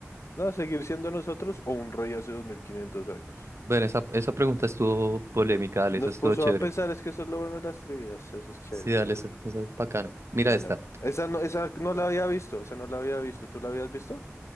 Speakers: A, on the left; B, on the right.
A: No, seguir siendo nosotros o un rey hace 2500 años.
B: Bueno, esa, esa pregunta estuvo polémica, dale, esa
A: Nos
B: estuvo
A: puso
B: chévere.
A: a pensar, es que eso es lo bueno de las trivias. Eso es chévere,
B: Sí, dale,
A: chévere.
B: esa, esa es bacana. Mira
A: Bueno,
B: esta.
A: esa no, esa no la había visto, esa no la había visto. ¿Tú la habías visto?